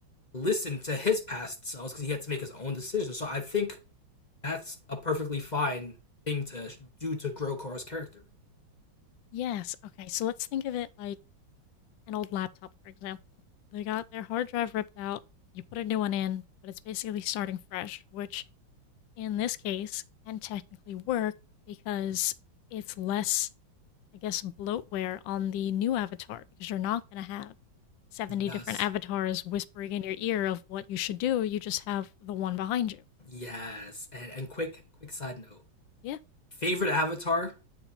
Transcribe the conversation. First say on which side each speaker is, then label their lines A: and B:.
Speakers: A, on the left; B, on the left.
A: listen to his past selves because he had to make his own decisions. So I think that's a perfectly fine thing to do to grow Korra's character.
B: Yes. Okay. So let's think of it like an old laptop, for example. They got their hard drive ripped out, you put a new one in, but it's basically starting fresh, which in this case can technically work because it's less, I guess, bloatware on the new avatar because you're not going to have 70
A: Yes.
B: different avatars whispering in your ear of what you should do. You just have the one behind you.
A: Yes. And, and quick, quick side note
B: Yeah.
A: favorite avatar